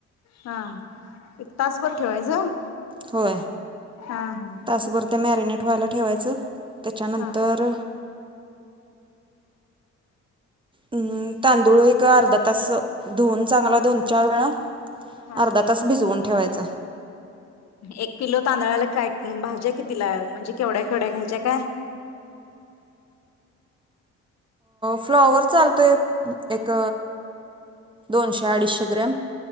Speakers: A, on the left (about 60°); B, on the right (about 15°).
A: हा तासभर ठेवायचं
B: होय
A: हा हा
B: तासभर ते मॅरिन नेट व्हायला ठेवायच त्याच्यानंतर
A: हा
B: अम् तांदूळ एक अर्धा तास धुवन चांगला दोन चार वेळा
A: हा..
B: अर्धा तास भिजवून ठेवायचा
A: एक किलो तांदळाला काय? भाज्या कितीला म्हणजे केवड्या केवढ्या घ्यायच्या काय
B: फ्लॉवर चालतोय एक दोनशे अडीचशे ग्रॅम